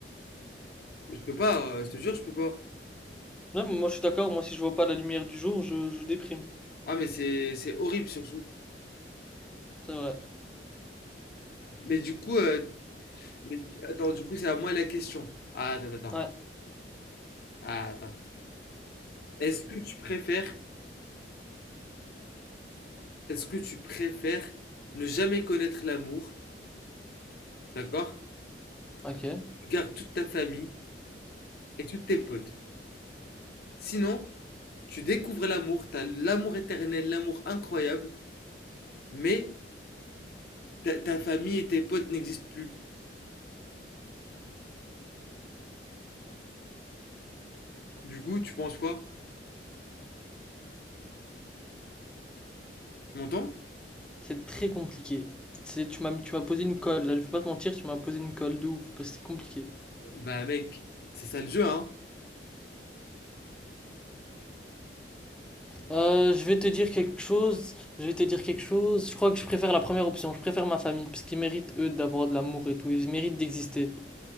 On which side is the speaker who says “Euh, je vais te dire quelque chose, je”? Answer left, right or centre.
Centre